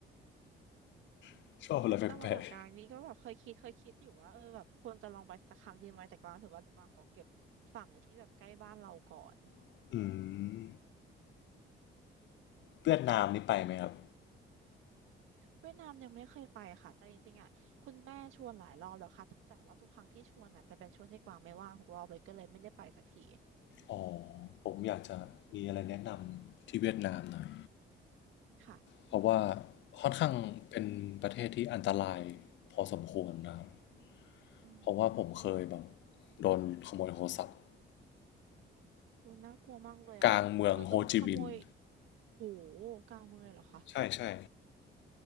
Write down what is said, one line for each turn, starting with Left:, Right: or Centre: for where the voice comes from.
Left: <laughs> ชอบอะไรแปลก
Right: ตะวันออกกลางนี่ก็แบบเคยคิดเคยคิดอยู่ว่าเออแบบควรจะลองไปสักครั้งดีไหมแต่กวางรู้สึกว่าแต่กวางขอเก็บฝั่งที่แบบใกล้บ้านเราก่อน
Left: ๆ อืมเวียดนามนี่ไปไหมครับ
Right: เวียดนามยังไม่เคยไปค่ะแต่จริงๆอ่ะคุณแม่ชวนหลายรอบแล้วค่ะแต่ว่าทุกครั้งที่ชวนอ่ะจะเป็นช่วงที่กวางไม่ว่างทุกรอบเลยก็เลยไม่ได้ไปสักที
Left: อ๋อผมอยากจะมีอะไรแนะนำที่เวียดนามหน่อย
Right: ค่ะ
Left: เพราะว่าค่อนข้างเป็นประเทศที่อันตรายพอสมควรนะครับ
Right: อืม
Left: เพราะว่าผมเคยแบบโดนขโมยโทรศัพท์
Right: โอ้ยน่ากลัวมากเลยอ่ะคือโดนขโมย
Left: กลางเมืองโฮจิมินห์
Right: โหกลางเมืองเลยเหรอคะ
Left: ใช่ใช่